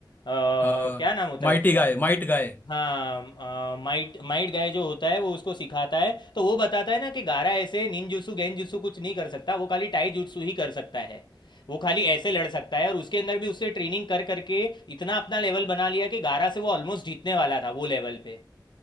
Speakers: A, on the left (about 70°); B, on the left (about 25°).
A: क्या
B: हाँ
A: नाम होता
B: माइटी
A: है उसका
B: गाय माइट गाय
A: हाँ माइट माइट गाय जो होता है वो उसको सिखाता है तो वो बताता है ना कि गारा ऐसे निंजुत्सु गेंजुत्सु कुछ नहीं कर सकता वो खाली टाई जुत्सु ही कर सकता है वो खाली ऐसे लड़ सकता है और उसके अंदर भी उससे ट्रेनिंग कर करके इतना अपना लेवल बना लिया कि गारा से वो ऑलमोस्ट जीतने वाला था वो लेवल पे